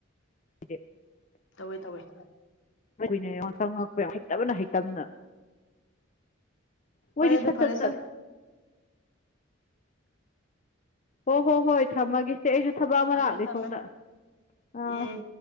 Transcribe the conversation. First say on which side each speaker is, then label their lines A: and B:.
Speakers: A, on the left; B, on the left.
A: <unintelligible>
B: ꯇꯧꯏ ꯇꯧꯏ
A: <unintelligible> ꯍꯩꯇꯕꯅ ꯍꯩꯇꯕꯅ ꯃꯣꯏꯗꯤ
B: ꯍꯣꯏ ꯑꯗꯨ
A: ꯁꯠ
B: ꯐꯔꯦꯁꯦ
A: ꯁꯠ ꯆꯠꯂꯦ ꯑꯣ ꯍꯣ ꯍꯣ ꯍꯣꯏ ꯊꯝꯃꯒꯦ ꯑꯩꯁꯨ ꯊꯕꯛ ꯑꯃ
B: ꯊꯝꯃꯦ
A: ꯂꯥꯛꯂꯦ
B: ꯊꯝꯃꯦ
A: ꯁꯣꯝꯗ ꯑꯥ
B: ꯎꯝ